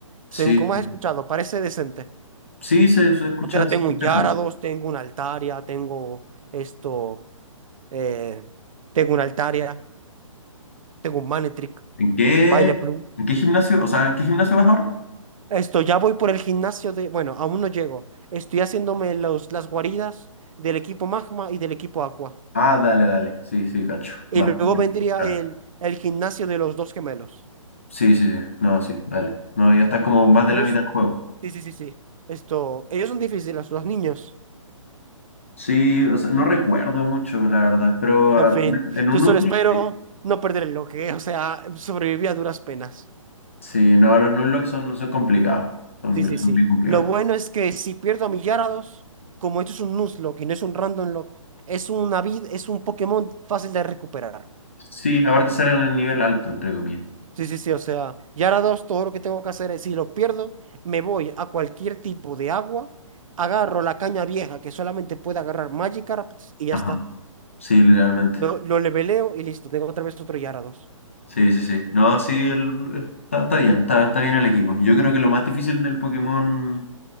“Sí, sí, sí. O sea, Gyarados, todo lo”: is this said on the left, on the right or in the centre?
Right